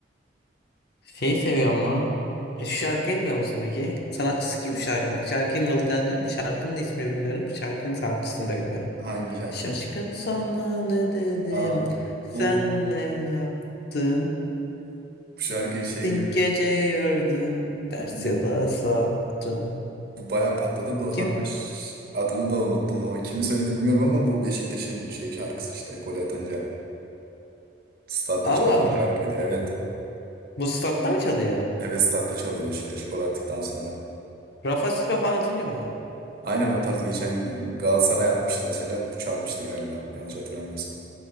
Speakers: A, on the left; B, on the right.
A: Şeyi seviyor ama. E, şu şarkıyı biliyor musun peki? Sanatçısı kim şarkı? Bak şarkıya mırıldanacağım. Şarkının da ismini bilmiyorum. Şarkının sanatçısını da bilmiyorum.
B: Hangi şarkı?
A: Şaşkın sana ne dedim?
B: Aa,
A: Sen
B: bu bu
A: ne yaptın?
B: şarkı şey
A: Dün
B: ya
A: gece gördüm. Ters
B: bu
A: yola saptın.
B: bayağı patladı. bu
A: Kim?
B: hatta ş- adını da unuttum ama kimi söylediğini bilmiyorum ama bu Beşiktaş'ın şey şarkısı işte gol atınca statta
A: Allah
B: çalan
A: Allah.
B: bir şarkıydı. Evet.
A: Bu statta mı çalıyor?
B: Evet statta çalıyor Beşiktaş gol attıktan sonra.
A: Rafa Silva falan atınca mı?
B: Aynen o tarz geçen Galatasaray atmıştı mesela. çalmıştı galiba. Yanlış hatırlamıyorsam.